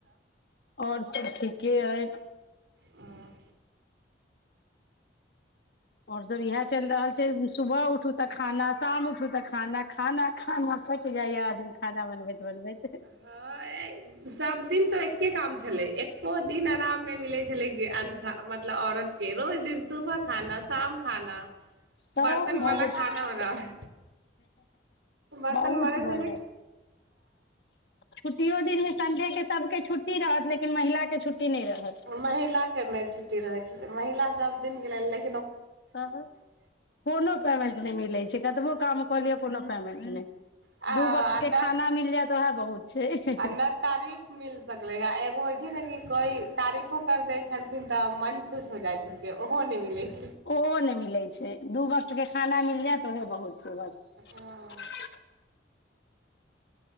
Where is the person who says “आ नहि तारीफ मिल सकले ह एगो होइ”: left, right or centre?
Right